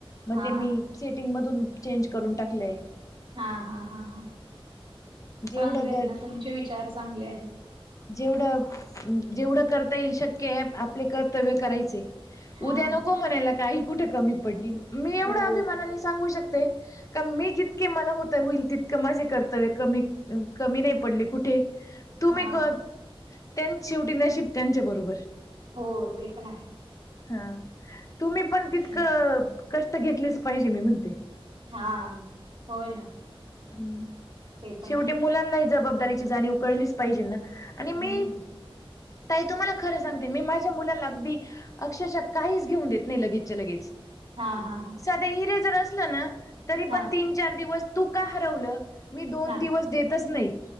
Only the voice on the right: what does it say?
हा
हा हा, हा ह,, चांगले
आहेत
ना,, तुमचे विचार चांगले आहेत.
हा
हो
हा
हो, ते पण आहे.
तुम-
हा, होय ना.
ते पण
आहे
हम्म
हा हा हा.
हा
हा